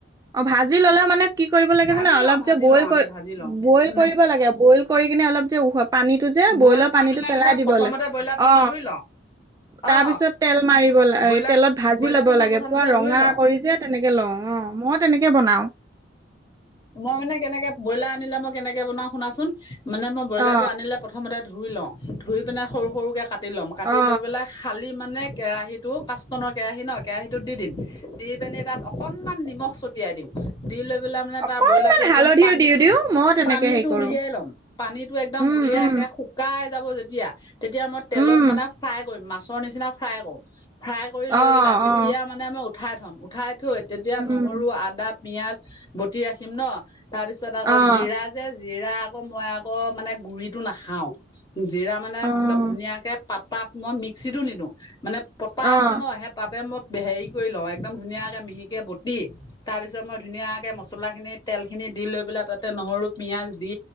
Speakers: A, on the right; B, on the left.
A: অ ভাজি ললে মানে। কি কৰিব লাগে
B: ভাজি
A: জানা অলপ
B: লওঁ ভাজি
A: যে বই
B: লওঁ আমি ভাজি লওঁ
A: বইল
B: মানে
A: কৰিব লাগে বইল কৰি কিনে অলপ যে পানীতো যে ব্ৰইলাৰ
B: বইল কৰি
A: পানীটো পেলাই
B: মানে
A: দিব
B: প্ৰথমতে
A: লাগে
B: ব্ৰইলাৰটো
A: অ।
B: মই ধুই লওঁ
A: তাৰ
B: অ
A: পিছত তেল মাৰিব ল
B: ব্ৰইলাৰ
A: তেলত ভাজি
B: ব্ৰইলাৰটো
A: ল'ব
B: মই
A: লাগে
B: প্ৰথমতে
A: পুৰা ৰঙা
B: ধুই লওঁ
A: কৰি যে তেনেকে লও। অ মই তেনেকে বনাও।
B: মই মানে কেনেকে ব্ৰইলাৰ আনিলে মই কেনেকে বনাও শুনাচোন। মানে মই ব্ৰইলাৰটো
A: অ
B: আনিলে প্ৰথমতে ধুই লওঁ, ধুই পিনে সৰু সৰুকৈ কাটি ল'ম কাটি
A: অ
B: লৈ পেলাই হাল দি মানে কেৰাহীতো কাছটনৰ কেৰাহী ন কেৰাহীটো দি দিম দিম পিনে তাত অকনমান নিমখ ছটিয়াই দিওঁ দি লৈ পেলাই মানে
A: অকনমান
B: তাৰ ব্ৰইলাৰটো একদম
A: হালধিও
B: পানীতো
A: দিও দিও মই তেনেকে
B: পানীতো
A: হেৰি কৰো
B: উলিয়াই ল'ম পানীতটো একদম
A: উম
B: উলিয়াই
A: উম
B: একে শুকাই যাব যে তেতিয়া তেতিয়া মই তেলত
A: উম
B: মানে ফ্ৰাই কৰিম মাছৰ নিচিনা ফ্ৰাই কৰো। ফ্ৰাই কৰি লৈ
A: অ
B: পেলাই তেতিয়া
A: অ
B: মানে মই উঠাই থ'ম উঠাই থৈ তেতিয়া
A: উম
B: নহৰু আদা পিয়াজ বতি ৰাখিম ন তাৰ পিছত আকৌ
A: অ',
B: জিৰা যে জিৰা। আকৌ মই আকৌ মানে গুৰিটো নাখাওঁ জিৰা মানে
A: অ',
B: একদম ধুনীয়াকে পাতাট মই মিক্সিটো নিদিওঁ মানে পতা
A: অ',
B: আছে ন সেই তাতে মই হেৰি কৰি লওঁ একদম ধুনীয়াকে মিহিকে বটি তাৰ পিছত তাৰপিছত মই ধুনীয়াকে মছলাখিনি তেলখিনি দি লৈ পেলাই তাতে নহৰু পিয়ঁয়াজ দি